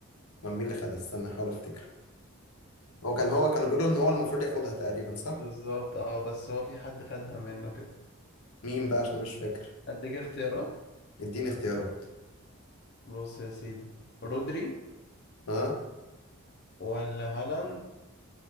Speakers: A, on the left; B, on the left.
A: ولا مين اللي خدها استنى احاول افتكر هو كان هو كانوا بيقولوا ان هو المفروض ياخدها تقريبا صح
B: بالظبط اه بس هو في حد خدها منه كده
A: مين بقى عشان انا مش فاكر
B: اديك اختيارات
A: اديني اختيارات
B: بص يا سيدي رودري
A: اه
B: ولا هالاند